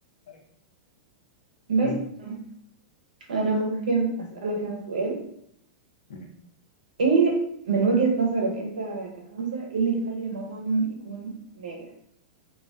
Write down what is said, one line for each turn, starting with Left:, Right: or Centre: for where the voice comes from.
Left: ايوه
Right: بس
Left: اكيد
Right: يعني انا ممكن اسألك انا سؤال
Left: امم
Right: ايه من وجهة نظرك انت كحمزة ايه اللي يخلي المطعم يكون ناجح؟